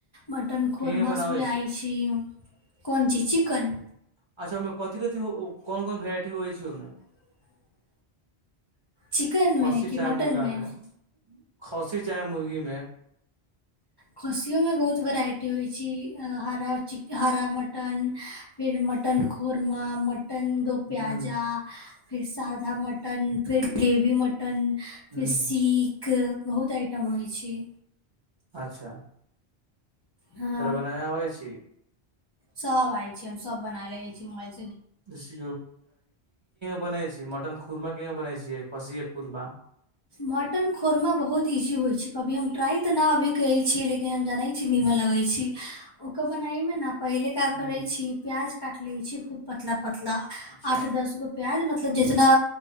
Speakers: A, on the left; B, on the right.
A: मटन खरमस
B: की बनाबै
A: भी आइ छी कोन चीज चिकन
B: अच्छा ओमे कथी कथ कोन कोन भेरइट होइ छै ओहिमे
A: <inaudible> चिकनमे
B: खसी
A: कि
B: चाहे
A: मटनमे
B: मुर्गामे खसी चाहे मुर्गीमे
A: खस्सियओमे बहुत वेराइटी होइ छै हरा मटन फेर मटन खुर्मा म मटन दो
B: ह्म
A: प्याजा फिर सादा मटन फिर ग्रव बी मटन फिर
B: ह्म
A: सीख बहुत आइटम होइ छै
B: अच्छा
A: हँ
B: तोरा बनावय आव यछी
A: सब आय छीै हम सब बना ले छी म
B: <inaudible> बनाइ छी मटन खुर्मा कना बनाइ छी खसीके खुर्मा
A: मटन खौरमा बहुत इजी होइ छै कभी हम ट्राइ तऽ नहि अभी कहैत छियै लेकिन हम जानैत छी निमक ओकर बना मे ने पहिल क
B: ह
A: कर छी प्याज काट ले छी खूब पतला पतला
B: अच्छा
A: आठ दस गो प्याज मतलब जितना